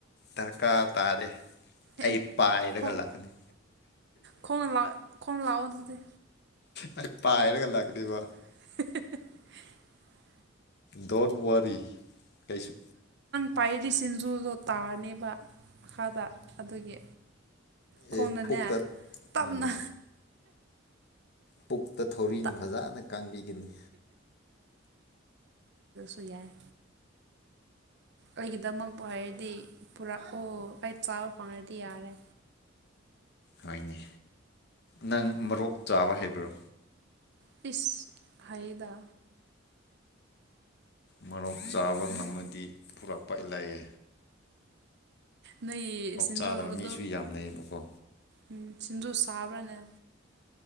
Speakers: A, on the left (about 60°); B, on the right (about 60°).
A: ꯗꯔꯀꯥꯔ ꯇꯥꯔꯦ
B: ꯑꯦ
A: ꯑꯩ ꯄꯥꯔꯒꯂ
B: ꯈꯣꯡ
A: ꯀꯅꯤ
B: ꯈꯣꯡꯅ ꯂꯥꯛ ꯈꯣꯡꯅ ꯂꯥꯛꯑꯣ ꯑꯗꯨꯗꯤ
A: ꯑꯩ ꯄꯥꯏꯔꯒ ꯂꯥꯛꯒꯅꯤꯕꯣ
B: <inaudible>
A: ꯗꯣꯟꯋꯥꯔꯤ ꯀꯩꯁꯨ
B: ꯄꯥꯏꯂꯤ ꯁꯤꯡꯖꯨꯗꯣ ꯇꯥꯔꯅꯦꯕ ꯃꯈꯥꯗ ꯑꯗꯨꯒꯤ ꯈꯣꯡꯅꯅꯦ
A: ꯑꯦ ꯄꯨꯛꯇ
B: ꯇꯞꯅ
A: ꯎꯝ ꯄꯨꯛꯇ ꯊꯧꯔꯤꯅ
B: ꯇꯞ
A: ꯐꯖꯅ ꯀꯥꯡꯕꯤꯒꯅꯤ
B: ꯎ ꯁ ꯌꯥꯥꯏ ꯑꯩꯒꯤꯗꯃꯛꯄ ꯍꯥꯏꯔꯗꯤ ꯄꯨꯔꯥ ꯑꯣ ꯑꯩ ꯆꯥꯕ ꯐꯪꯉꯗꯤ ꯌꯥꯔꯦ
A: ꯍꯣꯏꯅꯦ ꯅꯪ ꯃꯔꯣꯔꯣꯛ ꯆꯥꯕ ꯍꯥꯏꯩꯕ꯭ꯔꯣ
B: ꯄꯤꯁ ꯍꯥꯏꯗ
A: ꯃꯔꯣꯛ ꯆꯥꯕ ꯉꯝꯃꯗꯤ ꯄꯨꯔꯛꯄꯂꯑꯦ
B: ꯅꯣꯏ ꯁꯤꯡꯖꯨꯗꯣ
A: ꯆꯥꯗꯕ ꯃꯤꯁꯨ ꯌꯥꯝ ꯂꯩꯌꯦꯕꯀꯣ
B: ꯎꯝ ꯁꯤꯡꯖꯨ ꯁꯥꯕ꯭ꯔꯅꯦ